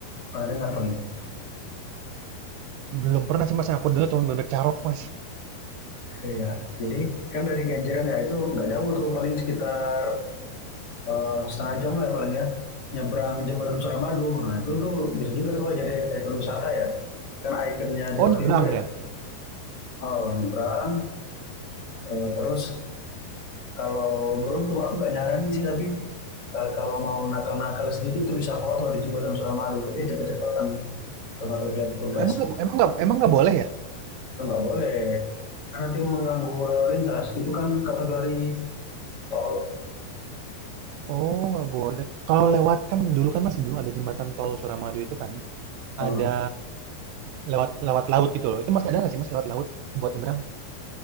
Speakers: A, on the left (about 35°); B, on the right (about 85°).
A: pernah dengar paling.
B: Belum pernah sih mas, yang aku dengar cuma bebek carok mas.
A: Iya. Jadi kan dari Kenjeran ya itu nggak jauh tuh paling sekitar eh, setengah jam lah ya paling ya nyebrang jembatan Suramadu. Nah itu tuh bisa juga tuh jadi ikon wisata ya. Kan ikonnya
B: Oh
A: Jawa
B: nyebrang
A: Timur ya.
B: ya?
A: Oh nyebrang eh, terus kalau beruntung aku nggak nyaranin sih tapi eh, kalau mau nakal-nakal sedikit itu bisa foto di jembatan Suramadu tapi cepet-cepetan kalau sampai kelihatan petugas
B: Emang nggak emang nggak emang nggak boleh ya?
A: itu nggak boleh karena nanti mengganggu lalu lintas itu kan kategori tol
B: Oh nggak boleh. Kalau lewat kan dulu kan mas sebelum ada jembatan tol Suramadu itu kan
A: Eh,
B: ada lewat lewat laut gitu loh. Itu masih ada nggak sih mas lewat laut buat nyebrang?